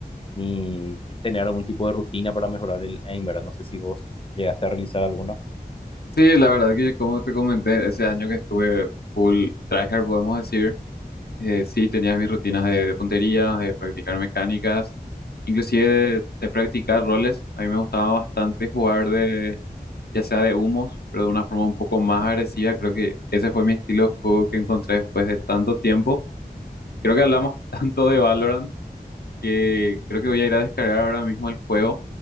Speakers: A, on the left (about 35°); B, on the left (about 75°).
A: ni tener algún tipo de rutina para mejorar el aim, ¿verdad? No sé si vos llegaste a realizar alguna.
B: Sí, la verdad que como te comenté, ese año que estuve full tryhard, podemos decir, eh, sí tenía mis rutinas de, de puntería, de practicar mecánicas, inclusive de, de practicar roles. A mí me gustaba bastante jugar de, ya sea de humos, pero de una forma un poco más agresiva. Creo que ese fue mi estilo de juego que encontré después de tanto tiempo. Creo que hablamos <laughs> tanto de Valorant que creo que voy a ir a descargar ahora mismo el juego